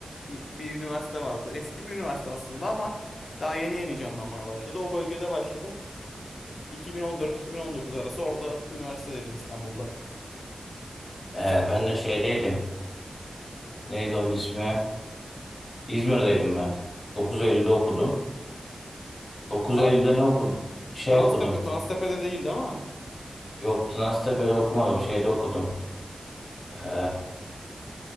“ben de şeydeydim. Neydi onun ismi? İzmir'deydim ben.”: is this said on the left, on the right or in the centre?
Left